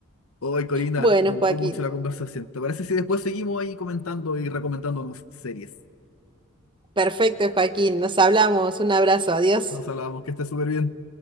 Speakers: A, on the left; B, on the right.
A: ¡Ay, Corina!
B: Bueno,
A: Me gustó
B: Joaquín.
A: mucho la conversación. ¿Te parece si después seguimos ahí comentando y recomendándonos series?
B: Perfecto, Joaquín. Nos hablamos. Un abrazo. Adiós.
A: Nos hablábamos que esté súper bien.